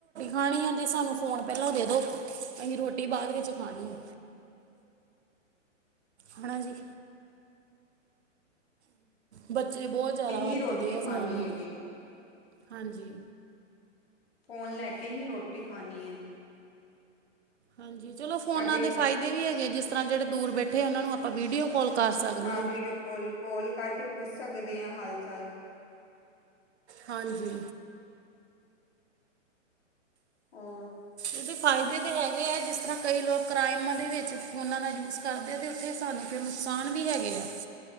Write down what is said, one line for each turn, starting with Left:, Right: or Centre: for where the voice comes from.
Right: ਪਾਣੀ ਆ ਅਤੇ ਸਾਨੂੰ ਫੋਨ ਪਹਿਲਾਂ ਦੇ ਦਉ ਅਸੀਂ ਰੋਟੀ ਬਾਅਦ ਵਿੱਚ ਖਾਣੀ ਆ ਹਨਾ ਜੀ ਬੱਚੇ ਬਹੁਤ ਜ਼ਿਆਦਾ
Left: ਹੀ
Right: ਵਰਤਦੇ
Left: ਰੋਟੀ
Right: ਆ
Left: ਖਾਣੀ
Right: ਫੋਨ ਨੂੰ
Left: ਹੈਗੀ
Right: ਹਾਂਜੀ
Left: ਫੋਨ ਲੈ ਕੇ ਹੀ ਰੋਟੀ ਖਾਣੀ ਹੈ
Right: ਹਾਂਜੀ ਚਲੋ ਫੋਨਾਂ
Left: ਸਾਡੇ
Right: ਦੇ ਫਾਇਦੇ ਵੀ ਹੈਗੇ ਜਿਸ ਤਰ੍ਹਾਂ ਜਿਹੜੇ ਦੂਰ ਬੈਠੇ ਉਹਨਾਂ ਨੂੰ ਆਪਾਂ ਵੀਡੀਓ ਕਾਲ ਕਰ ਸਕਦੇ
Left: ਹਾਂ ਵੀਡੀਓ ਕਾਲ ਕੋਲ ਕਰਕੇ ਪੁੱਛ ਸਕਦੇ ਹਾਂ ਹਾਲ ਚਾਲ
Right: ਹਾਂਜੀ
Left: ਹਾਂ
Right: ਇਹਦੇ ਫਾਇਦੇ ਤਾਂ ਹੈਗੇ ਹੈ ਜਿਸ ਤਰ੍ਹਾਂ ਕਈ ਲੋਕ ਕ੍ਰਾਈਮਾਂ ਦੇ ਵਿੱਚ ਫੋਨਾਂ ਦਾ ਯੂਜ਼ ਕਰਦੇ ਆ ਅਤੇ ਉੱਥੇ ਸਾਨੂੰ ਨੁਕਸਾਨ ਵੀ ਹੈਗੇ ਆ